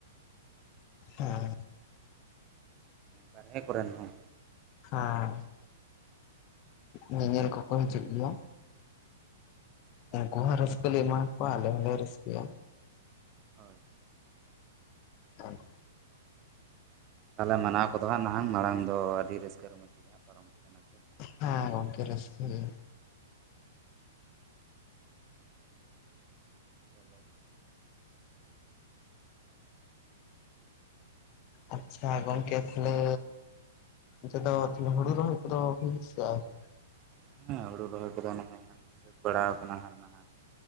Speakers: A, on the left; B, on the right.
A: ᱦᱮᱸ᱾
B: ᱵᱟᱨᱦᱮ ᱠᱚᱨᱮᱱ ᱦᱚᱸ᱾
A: ᱦᱮᱸ, ᱧᱮᱧᱮᱞ ᱠᱚᱠᱚ ᱦᱤᱡᱩᱜ ᱜᱮᱭᱟ᱾ ᱩᱱᱠᱩᱦᱚᱸ ᱨᱟᱹᱥᱠᱟᱹ ᱞᱮ ᱮᱢᱟ ᱠᱚᱣᱟ, ᱟᱞᱮ ᱦᱚᱸᱞᱮ ᱨᱟᱹᱥᱠᱟᱹᱭᱟ᱾
B: ᱦᱳᱭ᱾
A: ᱦᱮ,
B: ᱛᱟᱦᱚᱞᱮ ᱢᱟᱱᱟᱣ ᱠᱚᱫᱚ ᱦᱟᱸ ᱱᱟᱦᱟᱜ ᱢᱟᱲᱟᱝ ᱫᱚ ᱟᱹᱰᱤ ᱨᱟᱹᱥᱠᱟᱹ ᱨᱚᱢᱚᱡᱽ ᱛᱮᱜᱮ ᱦᱟᱸᱜ ᱯᱟᱨᱚᱢᱚᱜ ᱠᱟᱱᱟ ᱾
A: ᱦᱮᱸ ᱜᱚᱝᱠᱮ ᱨᱟᱹᱥᱠᱟᱹ ᱜᱮ᱾
B: ᱛᱟᱞᱮ
A: ᱟᱪᱪᱷᱟ ᱜᱚᱝᱠᱮ ᱛᱟᱞᱦᱮ, ᱱᱤᱛᱚ ᱫᱚ ᱦᱩᱲᱩ ᱨᱚᱦᱚᱭ ᱠᱚᱫᱚ ᱦᱳᱭ ᱥᱮ ᱟᱣᱨᱤ?
B: ᱦᱮᱸ ᱦᱩᱲᱩ ᱨᱚᱦᱚᱭ ᱠᱚᱫᱚ ᱱᱟᱦᱟᱜ, ᱥᱟᱹᱛ ᱵᱟᱲᱟᱣ ᱠᱟᱱᱟ ᱦᱟᱸ ᱱᱟᱦ᱾